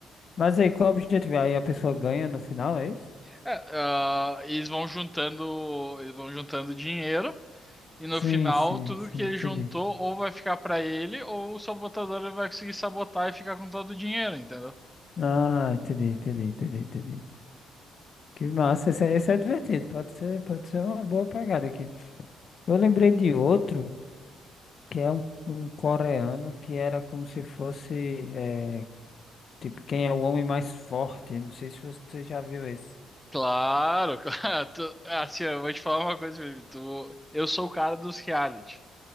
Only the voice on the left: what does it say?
Mas aí, qual é o objetivo? Aí a pessoa ganha no final, é isso?
Sim,
sim,
sim,
entendi.
Ah, entendi, entendi, entendi, entendi. Que massa, esse, é- esse é divertido, pode ser, pode ser uma boa pegada aqui. Eu lembrei de outro, que é um, um coreano, que era como se fosse, é, tipo, quem é o homem mais forte, não sei se você já viu esse.